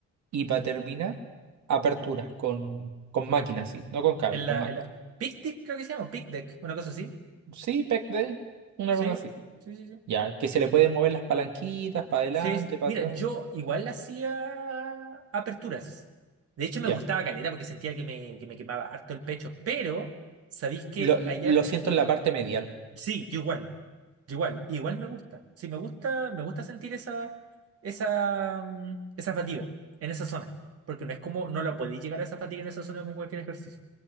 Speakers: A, on the right; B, on the right.
A: Y para terminar, aperturas con, con máquina, sí, no con cable,
B: En la,
A: con máquina.
B: en la... Pick deck creo que se llama, pick deck, una cosa así.
A: Sí, pec de, una
B: Sí,
A: cosa así.
B: sí, sí, sí.
A: Ya, que se le pueden mover las palanquitas para adelante,
B: Sí, es-
A: para
B: Mira,
A: atrás.
B: yo igual hacía aperturas. De hecho, me
A: Ya.
B: gustaba caleta porque sentía que me, que me quemaba harto el pecho, pero... ¿Sabéis que
A: Lo,
B: allá
A: lo siento en la parte medial.
B: Sí, yo igual, yo igual, igual me gusta. Sí, me gusta, me gusta sentir esa, esa, mm, esa fatiga en esa zona. Porque no es como, no la podéis llegar a esa fatiga en esa zona con cualquier ejercicio.